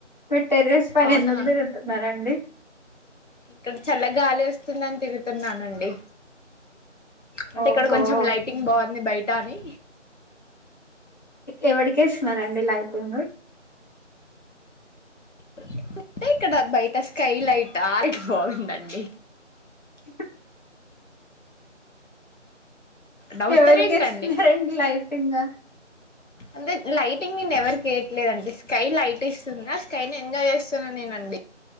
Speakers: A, on the left; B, on the left.
A: మీరు టెరస్ పైన
B: అవునా
A: ముగ్గురు ఉంటున్నారాండి
B: ఇక్కడ చల్ల గాలోస్తుందని తిరుతున్నానండి అంటే
A: ఓహో
B: ఇక్కడ కొంచెం లైటింగ్ బాగుంది బయట అని
A: ఎవడికేసున్నారండి లైటింగు
B: అంటే ఇక్కడ బయట స్కై లైటా లెక్ బాగుందండి
A: హాహ్
B: నవ్వుతారెంటండీ
A: ఎవరికి ఇస్తున్నారండి లైటింగ్
B: అంటే లైటింగ్ నేను ఎవరికేయట్లేదుండి స్కై లైట్ ఎస్తుందా స్కైనెంజయ్ చేస్తున్నా నేనండి